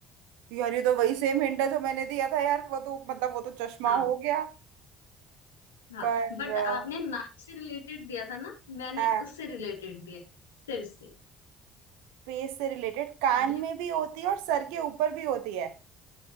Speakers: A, on the right; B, on the left.
A: यार ये तो वही सेम हिंट है जो मैंने दिया था यार वो तो मतलब वो तो चश्मा
B: हाँ
A: हो गया
B: हाँ
A: पर
B: बट
A: अ,
B: आपने नाक से रिलेटेड दिया था ना मैंने
A: हाँ
B: उससे रिलेटेड दिया है, सिर से
A: फेस से रिलेटेड कान
B: ये
A: में
B: भी
A: भी होती है और सर के ऊपर भी होती है